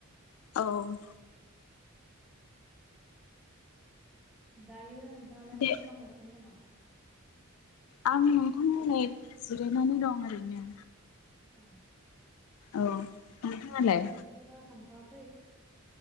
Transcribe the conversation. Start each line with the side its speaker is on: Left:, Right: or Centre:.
Left: औ
Centre: दायो नोंथाङालाय
Left: दे
Centre: मा खालामगासिनो दङ?
Left: आं नोंथां ओरै जिरायनानै दं ओरैनो
Centre: औ
Left: औ नोंथाङालाय?
Centre: ओंखाम ओंख्रिथ' संथ'वाखै